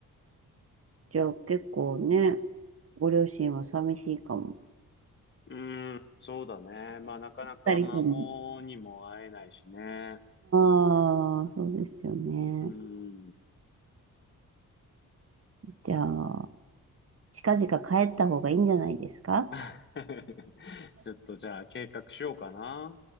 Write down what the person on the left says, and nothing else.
うん、そうだね。まあ、なかなか孫にも会えないしね。
うん。
<laughs> ちょっとじゃあ計画しようかな。